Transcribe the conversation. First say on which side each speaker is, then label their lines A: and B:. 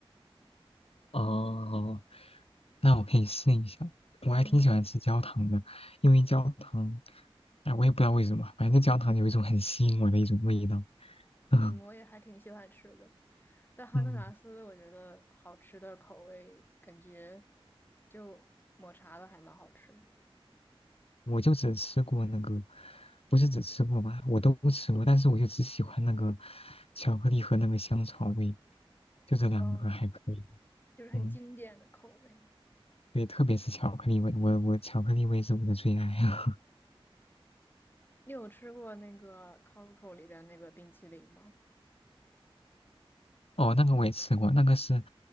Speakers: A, on the left; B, on the left.
A: 哦，那我可以试一下，我还挺喜欢吃焦糖的，
B: 嗯。
A: 因为焦糖，哎，我也不知道为什么，反正焦糖有一种很吸引我的一种味道。<laughs>
B: 嗯，我也还挺喜欢吃的，但哈根达斯我觉得好吃的口味感觉
A: 嗯
B: 就抹茶的还蛮好吃的，
A: 我就只吃过那个，不是只吃过吧，我都吃过，但是我就只喜欢那个巧克力和那个香草味，就这两个还可以。
B: 嗯，就是很经典的口味。
A: 嗯，对，特别是巧克力味，我我巧克力味是我的最爱。<laughs>
B: 你有吃过那个 Costco 里的那个冰淇淋吗？
A: 哦，那个我也吃过，那个是